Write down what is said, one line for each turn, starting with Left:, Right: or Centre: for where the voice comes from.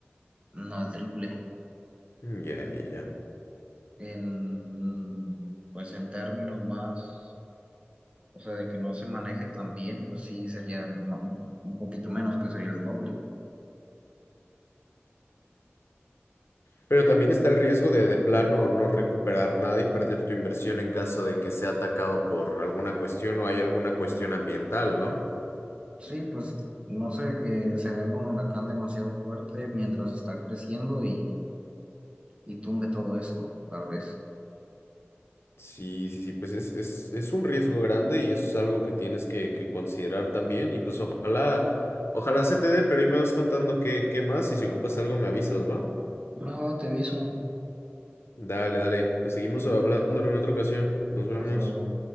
Right: no el triple,
Left: Mm, Ya, ya, ya.
Right: en, pues en términos más, o sea, de que no se maneje tan bien, pues sí sería ma- un poquito menos, que sería el doble.
Left: Pero también está el riesgo de de plano no recuperar nada y perder tu inversión en caso de que sea atacado por alguna cuestión o hay alguna cuestión ambiental, ¿no?
Right: Sí, pues no sé, que se venga un huracán demasiado fuerte mientras está creciendo y, y tumbe todo esto, tal vez.
Left: Sí, sí, sí, pues es, es, es un riesgo grande y eso es algo que tienes que, que considerar también y pues ojalá, ojalá se te dé, pero ahí me vas contando qué, qué más y si ocupas algo me avisas, ¿va?
Right: Va, va, te aviso.
Left: Dale, dale, pues seguimos hablándolo en otra ocasión, nos vemos.
Right: Hasta luego.